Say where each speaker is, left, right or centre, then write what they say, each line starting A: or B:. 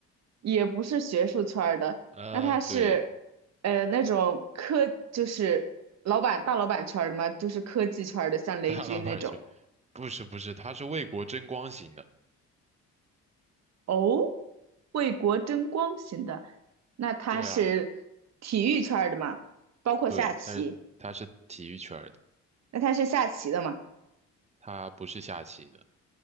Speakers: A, on the right; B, on the right.
A: 也不是学术圈儿的，
B: 呃，
A: 那他是呃那种科就是老板大老板圈儿的吗？
B: 对，
A: 就是科技圈儿的，像雷军那种。
B: 大老板圈，不是不是，他是为国争光型的，
A: 哦，为国争光型的，那他是体育圈儿的嘛？
B: 对啊，
A: 包括下棋，
B: 对，他是他是体育圈儿的，
A: 那他是下棋的嘛？
B: 他不是下棋的，